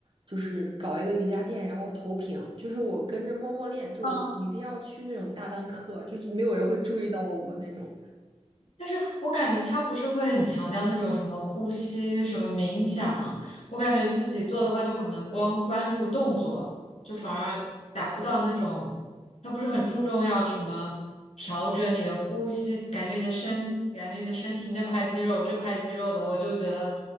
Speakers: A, on the right; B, on the left.
A: 就是搞一个瑜伽垫，然后投屏，就是我跟着默默练，就我没必要去那种大班课，
B: 嗯。
A: 就是没有人会注意到我那种。
B: 但是我感觉他不是会很强调那种什么呼吸、什么冥想，我感觉自己做的话，就可能光关注动作，就反而达不到那种，他不是很注重要什么调整你的呼吸，感觉你的身，感觉你的身体那块肌肉、这块肌肉的，我就觉得